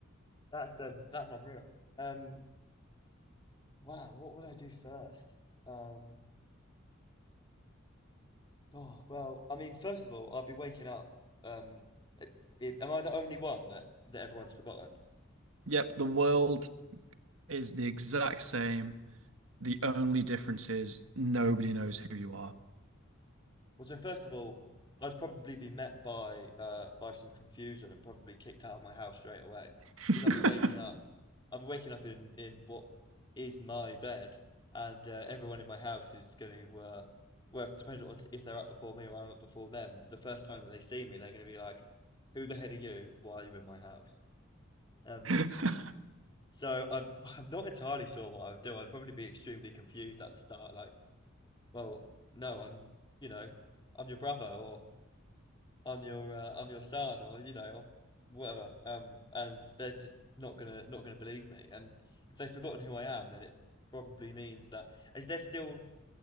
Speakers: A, on the left; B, on the right.
A: That's um, that's unreal. Um, wow, what would I do first? Um, oh, well, I mean, first of all, I'd be waking up. Um, in, am I the only one that that everyone's forgotten?
B: Yep, the world is the exact same. The only difference is nobody knows who you are.
A: Well, so first of all, I'd probably be met by uh by some confusion and probably kicked out of my house straight away
B: <laughs>
A: because I'd be waking up I'll be waking up in in what is my bed, and uh, everyone in my house is going to, uh, well, depending on if they're up before me or I'm up before them, the first time that they see me, they're going to be like, "Who the heck are you? Why are you in my house?" Um,
B: <laughs>
A: so I'm <laughs> I'm not entirely sure what I would do. I'd probably be extremely confused at the start, like, "Well, no, I'm, you know, I'm your brother," or I'm your uh, I'm your son or you know or whatever um and they're just not gonna not gonna believe me and if they've forgotten who I am then it probably means that is there still